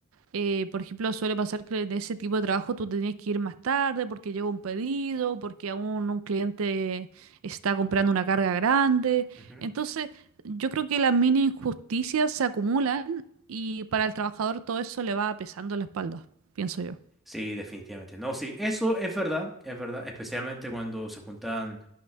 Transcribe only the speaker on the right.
eh, por ejemplo, suele pasar que en ese tipo de trabajo tú tenías que ir más tarde porque llega un pedido, porque aún un cliente está comprando una carga grande.
Entonces, yo creo que las mini injusticias se acumulan y para el trabajador todo eso le va pesando la espalda, pienso yo.